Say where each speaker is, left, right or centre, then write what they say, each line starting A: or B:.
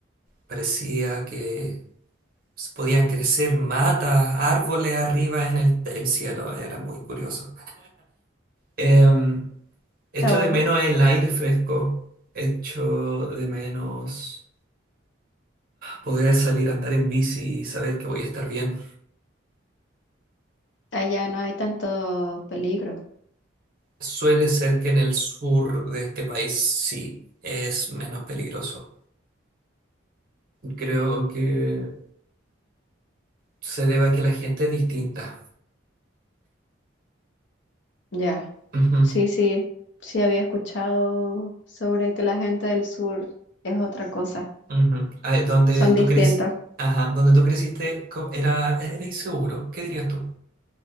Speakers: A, on the right (about 45°); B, on the left (about 60°).
A: Parecía que s- Podían crecer matas, árboles arriba en el, el cielo, era muy curioso. Em, echo
B: Está bueno.
A: de menos el aire fresco, echo de menos poder salir a andar en bici y saber que voy a estar bien.
B: Allá no hay tanto peligro.
A: Suele ser que en el sur de este país sí es menos peligroso. Creo que se debe a que la gente es distinta.
B: Ya.
A: Ujú,
B: Sí, sí, sí había escuchado sobre que la gente del sur es otra cosa.
A: ujú. Ah, Donde
B: Son
A: tú
B: distintos.
A: crees, ajá, donde tú creciste co- era, era inseguro. ¿Qué dirías tú?